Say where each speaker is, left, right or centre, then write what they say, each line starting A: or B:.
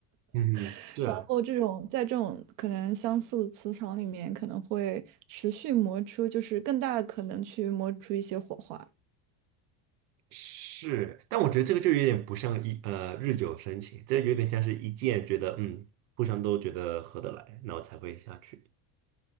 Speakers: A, on the right; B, on the right.
A: 嗯，
B: <laughs>
A: 是啊。
B: 然后这种在这种可能相似的磁场里面，可能会持续磨出，就是更大的可能去磨出一些火花。
A: 是，但我觉得这个就有点不像一呃日久生情，这有点像是一见觉得嗯互相都觉得合得来，然后才会下去。